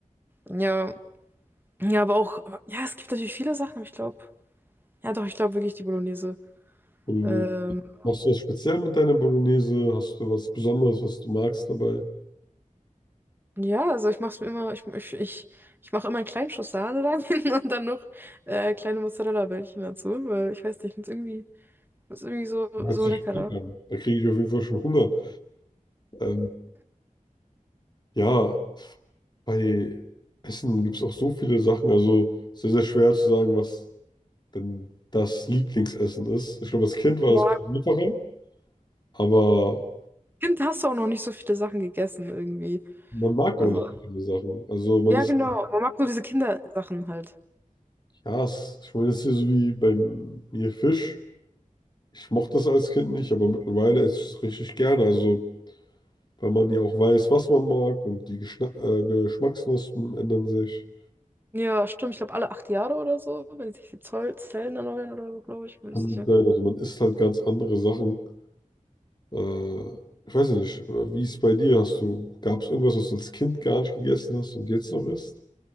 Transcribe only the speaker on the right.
Ja, ja, aber auch, aber- ja, es gibt natürlich viele Sachen, aber ich glaube. Ja, doch, ich glaube wirklich die Bolognese.
Ähm,
ja, also ich mache mir immer, ich, ich, ich, ich mache immer einen kleinen Schuss Sahne rein <laughs> und dann noch äh, kleine Mozzarella-Bällchen dazu, weil ich weiß nicht, ich finde es irgendwie, find's irgendwie so,
so
leckerer.
Ja,
Kind hast du auch noch nicht so viele Sachen gegessen irgendwie.
Also,
ja,
genau, man mag nur diese Kindersachen halt.
Ja, stimmt, ich glaube alle acht Jahre oder so, wenn sich die Zoll Zellen erneuern oder so, glaube ich, bin
ich sicher.